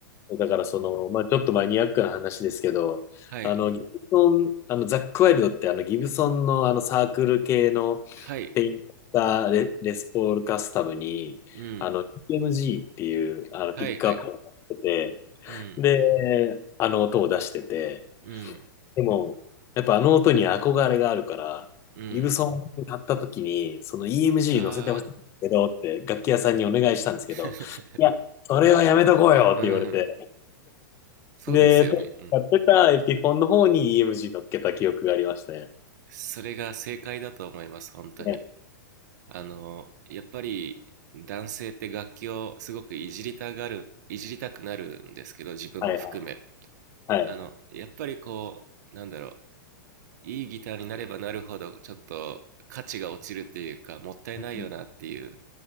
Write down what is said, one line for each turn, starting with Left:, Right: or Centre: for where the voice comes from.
Left: だからその、まあ、ちょっとマニアックな話ですけど、
Right: はい。
Left: あの、ギブソン、あの、ザックワイルドってあの、ギブソンのあの、サークル系の
Right: はい。
Left: ペインタレ、レスポールカスタムに、
Right: うん。
Left: あの、EMG っていう、あの、
Right: はいはい。
Left: ピックアップをやってて、
Right: うん。
Left: で、あの音を出してて、
Right: うん。
Left: でも、やっぱあの音に憧れがあるから、
Right: うん。
Left: ギブソン買った時に、その EMG
Right: ああ、
Left: 乗せてほしいんですけどって、楽器屋さんにお願いしたんですけど、
Right: <laughs>
Left: いや、それはやめとこうよって言われて、
Right: うん。そうですよね。
Left: で、当時使ってたエピフォンの方に
Right: うん。
Left: EMG 乗っけた記憶がありましたね。
Right: それが正解だと思います、本当に。
Left: ね。
Right: あの、やっぱり男性って楽器をすごくいじりたがる、いじりたくなるんですけど、自分も含め。
Left: はいはいはい。
Right: あの、やっぱりこう、なんだろう、いいギターになればなるほど、ちょっと価値が落ちるっていうか、もったいないよなっていう
Left: うん